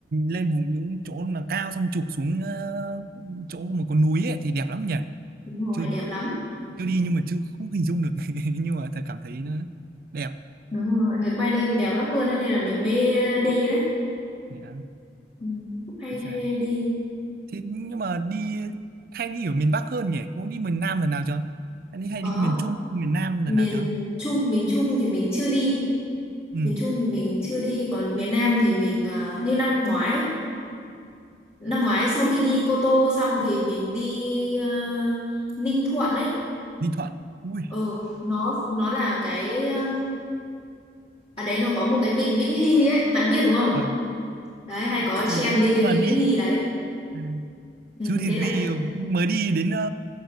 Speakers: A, on the right; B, on the left.
A: lên vùng những chỗ là cao xong chụp xuống ờ, chỗ mà có núi ấy, thì đẹp lắm nhỉ
B: đúng rồi
A: chưa
B: đẹp lắm
A: chưa đi nhưng mà chưa không hình dung được <laughs> nhưng mà thật cảm thấy nó đẹp
B: đúng rồi mọi người quay lên đẹp lắm luôn thế nên là mình mới ờ, đi đấy
A: Đấy,
B: ừ. cũng hay
A: Hà Giang
B: hay hay đi
A: thế nhưng mà đi hay đi ở miền Bắc hơn nhỉ cũng đi miền Nam lần nào chưa hay đi hay
B: có
A: đi miền Trung miền Nam lần
B: miền
A: nào chưa
B: Trung miền Trung thì mình chưa đi
A: ừ
B: miền Trung thì mình chưa đi còn miền Nam thì mình ờ, như năm ngoái năm ngoái sau khi đi Cô Tô xong thì mình đi ờ, Ninh Thuận ấy
A: Ninh Thuận ui
B: ờ nó nó là cái um, ở đấy nó có một cái vịnh Vĩnh Hy ấy bạn biết đúng không
A: ờ,
B: đấy hay có
A: không
B: trend đi cái
A: nhưng
B: vịnh
A: mà
B: Vĩnh
A: đi
B: Hy đấy
A: à,
B: ừ,
A: chứ thì
B: thế là
A: vì mới đi đến ờ,